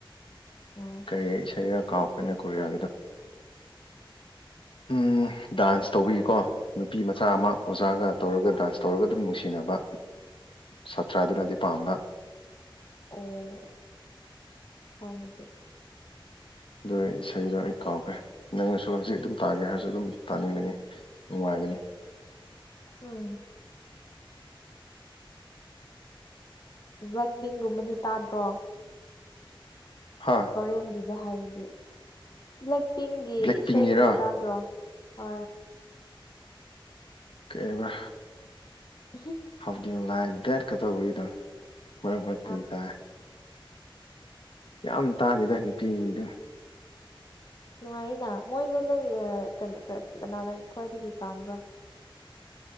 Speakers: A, on the left (about 50°); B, on the left (about 70°).
A: ꯎꯝ
B: ꯀ ꯏꯁꯩꯔꯥ ꯀꯥꯎ ꯑꯩꯈꯣꯏꯅ ꯀꯣꯔꯤꯌꯥꯒꯤꯗꯣ꯫ ꯎꯝ ꯗꯥꯟꯁ ꯇꯧꯕꯤꯌꯨꯀꯣ ꯅꯨꯄꯤ ꯃꯆꯥ
A: ꯑꯥ
B: ꯑꯃ ꯑꯣꯖꯥꯒ꯫ ꯇꯧꯔꯒ ꯗꯥꯟꯁ ꯇꯧꯔꯒ ꯑꯗꯨꯝ ꯅꯨꯡꯁꯤꯅꯕ ꯁꯥꯇ꯭ꯔꯥꯗꯨꯅꯗꯤ ꯄꯥꯝꯕ꯫
A: ꯑꯣ ꯀꯗ
B: ꯑꯗꯨ ꯏꯁꯩꯗꯣ ꯑꯩ ꯀꯥꯎꯈ꯭ꯔꯦ ꯅꯪꯅꯁꯨ ꯍꯧꯖꯤꯛ ꯑꯗꯨꯝ ꯇꯥꯒꯦ ꯍꯥꯏꯔꯁꯨ ꯑꯗꯨꯝ ꯇꯥꯅꯤꯡꯒꯅꯤ꯫ ꯅꯨꯡꯉꯥꯏꯒꯅꯤ꯫
A: ꯎꯝ ꯕ꯭ꯂꯦꯛ ꯄꯤꯡꯒꯨꯝꯕꯗꯤ ꯇꯥꯗ꯭ꯔꯣ
B: ꯍꯥꯥ
A: ꯍꯣꯔꯦꯟꯒꯤꯗ ꯍꯥꯏꯕꯗꯤ ꯕ꯭ꯂꯦꯛ ꯄꯤꯡꯒꯤ
B: ꯕ꯭ꯂꯦꯛ
A: ꯏꯁꯩꯒꯨꯝꯕ
B: ꯄꯤꯡꯒꯤꯔꯣ
A: ꯇꯥꯗ꯭ꯔꯣ? ꯍ
B: ꯀꯩꯑꯕ
A: ꯎꯍꯨꯝ
B: ꯍꯥꯎ ꯗꯨ ꯌꯨ ꯂꯥꯏ ꯗꯦꯠ ꯀꯇꯧꯕꯩꯗꯣ ꯃꯔꯛ ꯃꯔꯛꯇ
A: ꯑ
B: ꯇꯥꯢ ꯌꯥꯝ ꯇꯥꯗꯦꯗ ꯅꯨꯄꯤꯒꯤꯗꯨ
A: ꯅꯨꯡꯉꯥꯏꯅ ꯃꯣꯏꯗꯣ ꯅꯪ ꯑ ꯀꯟ ꯀ ꯀꯅꯥꯅ ꯈ꯭ꯋꯥꯏꯗꯒꯤ ꯄꯥꯝꯕ꯭ꯔꯣ